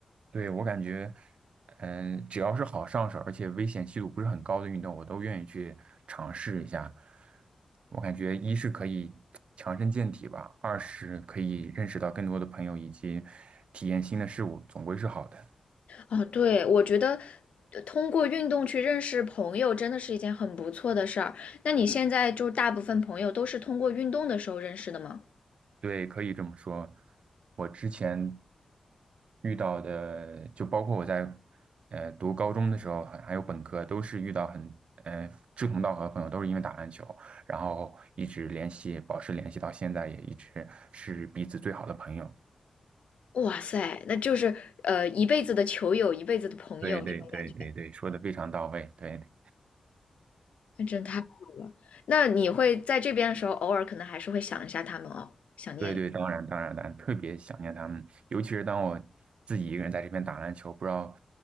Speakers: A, on the right; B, on the left.
A: 对，我感觉，嗯，只要是好上手，而且危险系数不是很高的运动，我都愿意去尝试一下。我感觉一是可以强身健体吧，二是可以认识到更多的朋友以及体验新的事物，总归是好的。
B: 哦，对，我觉得呃通过运动去认识朋友真的是一件很不错的事儿。那你现在就是大部分朋友都是通过运动的时候认识的吗？
A: 对，可以这么说。我之前遇到的，就包括我在呃读高中的时候，还还有本科，都是遇到很呃志同道合的朋友，都是因为打篮球，然后一直联系，保持联系到现在，也一直是彼此最好的朋友。
B: 哇塞，那就是呃一辈子的球友，一辈子的朋友这种感觉，
A: 对对对对对，说的非常到位。对。
B: 那真太好了。那你会在这边的时候，偶尔可能还是会想一下他们哦，想念
A: 对对，当然当然当然，特别想念他们，尤其是当我自己一个人在这边打篮球，不知道